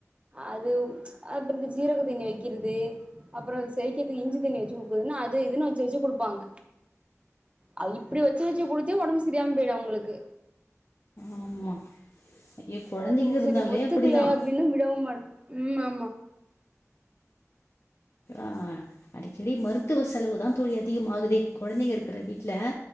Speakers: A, on the right; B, on the left.
A: அதுவும் ச்ச அர்ப்பந்த ஜீரக தண்ணி வெக்கீறது அப்புறோ செரிக்கிதுக் இஞ்சி தண்ணி வச்சு குடுக்குர்தென்னா அது இதுன்னு வச்சு வச்சு கொடு வாங்க ஆ இப்டி வச்சு வச்சு குடிச்சே ஒடம் சிரியாம்போயிடோ அவுங்குளுக்கு
B: ஆமா ஐயோ கொழந்தைங்க
A: அதுவு
B: இருந்தாலே
A: செரி ஒத்துக்கலே
B: அப்டிதா
A: அப்டின்னு விடவு மாட் மா
B: ஆ அடிக்கடி மரு மருத்துவ செலவுதா தோழி அதிகமாகுதே கொழந்தைங்க இருக்கிற வீ ல